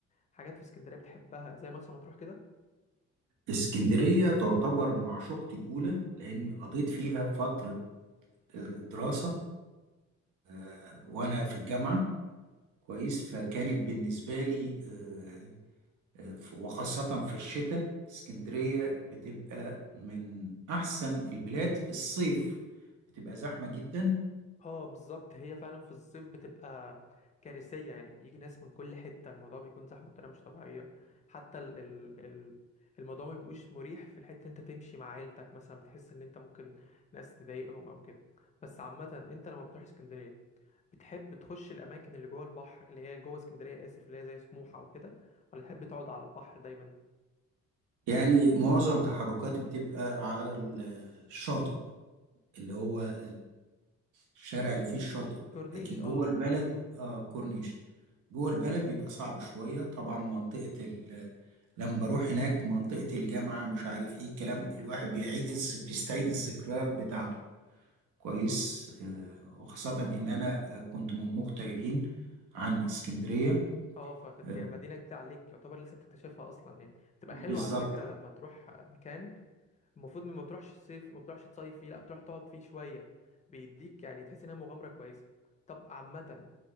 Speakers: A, on the left (about 25°); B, on the right (about 85°).
A: حاجات في اسكندرية بتحبها زي مرسى مطروح كده
B: اسكندرية تعتبر معشوقتي الأولى لأن قضيت فيها فترة آه، دراسة آه، وأنا في الجامعة كويس فكانت بالنسبة لي آه، آه، ف- وخاصة في الشتاء اسكندرية بتبقى من أحسن البلاد في الصيف بتبقى زحمة جدا
A: اه بالظبط هي فعلا في الصيف بتبقى كارثية يعني بيجي ناس من كل حتة الموضوع بيكون زحمة بطريقة مش طبيعية حتى ال ال ال الموضوع ما بيبقوش مريح في الحتة انت تمشي مع عيلتك مثلا بتحس ان انت ممكن ناس تضايقهم او كده بس عامة انت لما بتروح اسكندرية بتحب تخش الاماكن اللي جوه البحر اللي هي جوه اسكندرية اسف اللي هي زي سموحة وكده ولا تحب تقعد على البحر دايما
B: يعني معظم تحركاتي بتبقى على الشاطئ اللي هو الشارع اللي فيه الشاطئ
A: الكورنيش
B: لكن
A: اه
B: جوه البلد آه كورنيش جوه البلد بيبقى صعب شوية طبعا منطقة ال... لما بروح هناك منطقة الجامعة مش عارف ايه الكلام الواحد بيعيد الز... بيستعيد الذكريات بتاعته كويس آه وخاصة ان انا آه، كنت من مغتربين عن اسكندرية
A: اه فكانت
B: آه
A: كده مدينة جديدة عليك يعتبر لسه بتكتشفها اصلا يعني بتبقى حلوة
B: بالظبط
A: على فكرة لما
B: كده
A: تروح مكان المفروض ما بتروحش الصيف ما بتروحش تصيف فيه لا بتروح تقعد فيه شويه بيديك يعني تحس انها مغامره كويسه طب عامه